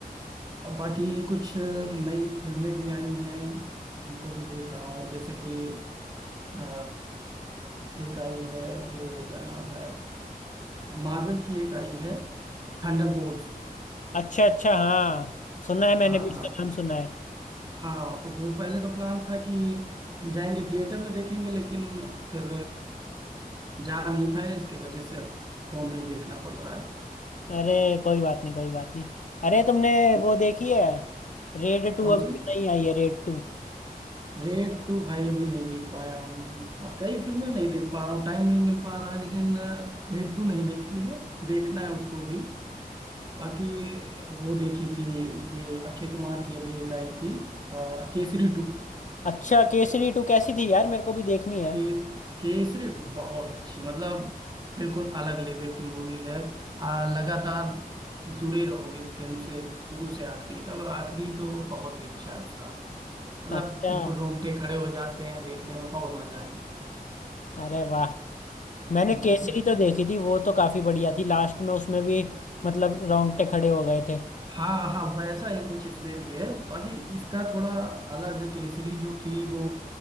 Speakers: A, on the right (about 25°); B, on the left (about 55°).
A: और बाकी कुछ नई फिल्में भी आई हैं उनको भी देख रहा हूँ जैसे कि अ, एक आई है वो क्या नाम है मार्वल की एक आई है थंडरबोल्ट्स
B: अच्छा अच्छा हाँ सुना है मैंने
A: हाँ
B: भी इसका
A: हाँ
B: नाम सुना है
A: हाँ तो वो पहले तो प्लान था कि जाएंगे थिएटर में देखेंगे लेकिन फिर जा नहीं पाए इसके वजह से अब फोन में ही देखना पड़ रहा है
B: अरे कोई बात नहीं कोई बात नहीं अरे तुमने वो देखी है रेड टू
A: कौन
B: अभी
A: सी
B: तो नहीं आई है रेड टू
A: रेड टू भाई अभी नहीं देख पाया हूँ अब कई फिल्में नहीं देख पा रहा हूँ टाइम नहीं मिल पा रहा है लेकिन रेड टू नहीं देखी है देखना है उसको भी बाकी वो देखी थी ये अक्षय कुमार की अभी एक आई थी अ, केसरी टू
B: अच्छा केसरी टू कैसी थी यार मेरे को भी देखनी है
A: के, केसरी टू बहुत अच्छी मतलब बिल्कुल अलग लेवल की मूवी है आ, लगातार जुड़े रहोगे फिल्म से शुरू से आखिरी तक और आखिरी तो बहुत ही अच्छा है उसका मतलब
B: अच्छा
A: बिल्कुल रोंगटे खड़े हो जाते हैं देखने में बहुत मजा
B: अरे वाह मैंने
A: आई
B: केसरी तो देखी थी वो तो काफी बढ़िया थी लास्ट में उसमें भी मतलब रोंगटे खड़े हो गए थे
A: हाँ हाँ वैसा ही कुछ इसमें भी है बाकी इसका थोड़ा अलग है केसरी जो थी वो